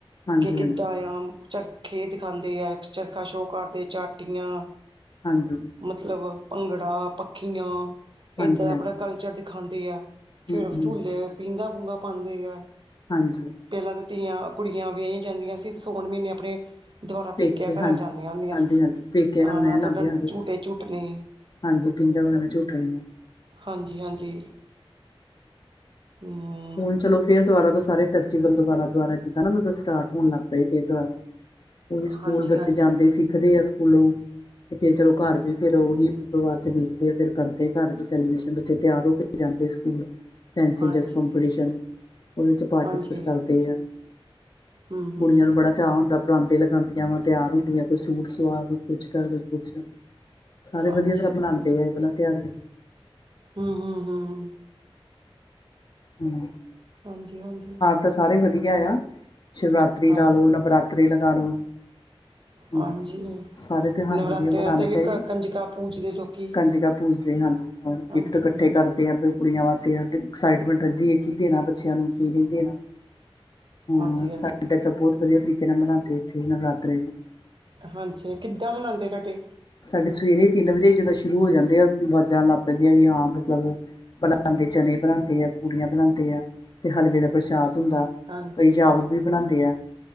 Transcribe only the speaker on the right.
ਕਿ
ਕਿੱਦਾਂ ਆ ਚਰਖੇ ਦਿਖਾਦੇ ਆ ਚਰਖਾ ਸ਼ੋਅ ਕਰਦੇ ਚਾਟੀਆਂ
ਮਤਲਬ ਭੰਗੜਾ, ਪੱਖੀਆਂ ਏਦਾਂ
ਦਾ
ਆਪਣਾ ਕਲਚਰ ਦਿਖਾਂਦੇ ਆ ਫੇਰ
ਝੂਲੇ ਪੀਂਘਾ-ਪੂੰਘਾ ਪਾਉਂਦੇ ਆ
ਪੈਲਾਂ ਤਾਂ ਧੀਆਂ ਕੁੜੀਆਂ ਵਿਆਹੀਆਂ ਜਾਂਦੀਆਂ ਸੀ ਸੋਨ ਮਹੀਨੇ ਆਪਣੇ ਦੁਬਾਰਾ
ਪੇਕਿਆ ਘਰਾਂ
' ਚ ਆਦੀਆਂ ਹੁੰਦੀਆਂ
ਸੀ
ਆਉਣਾ
ਤੇ
ਉਹਨਾਂ ਝੂਟੇ
ਝੂਟਣੇ
ਹਾਂਜੀ ਹਾਂਜੀ ਹਮ
ਹਾਂਜੀ
ਹਾਂਜੀ
ਹਾਂਜੀ
ਹਾਂਜੀ
ਹਮ
ਹਮ
ਹਾਂਜੀ
ਹਾਂਜੀ
ਹਮ ਹਮ ਹਮ
ਹਾਂਜੀ ਹਾਂਜੀ
ਹਾਂਜੀ
ਹਾਂਜੀ
ਨਵਰਾਤਿਆਂ
ਤੇ ਵੀ
ਕ ਕੰਜਕਾਂ ਪੂਜਦੇ ਲੋਕੀ
ਹਾਂਜੀ,
ਹਾਂਜੀ, ਹਾਂਜੀ,
ਹਾਂਜੀ ਕਿੱਦਾਂ ਮਨਾਂਦੇ ਤਾਡੇ
ਹਾਂਜੀ,